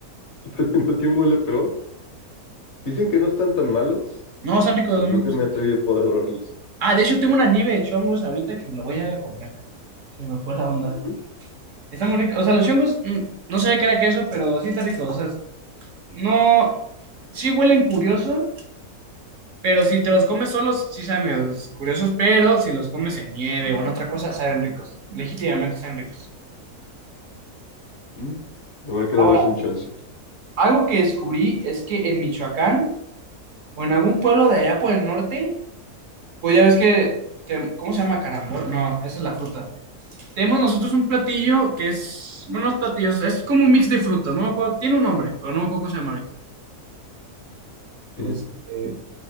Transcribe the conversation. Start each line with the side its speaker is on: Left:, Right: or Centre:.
Left: <laughs> la presentación huele peor. Dicen que no están tan malos,
Right: No, están ricos,
Left: pero
Right: a mí
Left: nunca
Right: me gustan.
Left: me atreví a probarlos.
Right: Ah, de hecho tengo una nieve de chongos ahorita que me la voy a ir a comer. Se me fue la onda.
Left: Ujú,
Right: Está muy rico. O sea, los chongos, mm, no sabía que era queso, pero sí está rico. O sea, no. Sí huelen curioso, pero si te los comes solos, sí saben medios curiosos, pero si los comes en nieve o en otra cosa, saben ricos. Legítimamente saben ricos.
Left: ujú. Habrá que
Right: Ahora,
Left: darles un chance.
Right: algo que descubrí es que en Michoacán. o en algún pueblo de allá por el norte, pues ya ves que, que- ¿cómo se llama? Carambol. No, esa es la fruta. Tenemos nosotros un platillo que es, bueno, no es platillo, es es como un mix de frutas, no me acuerdo, tiene un nombre, pero no me acuerdo cómo se llama ahorita. Este,
Left: Ujú,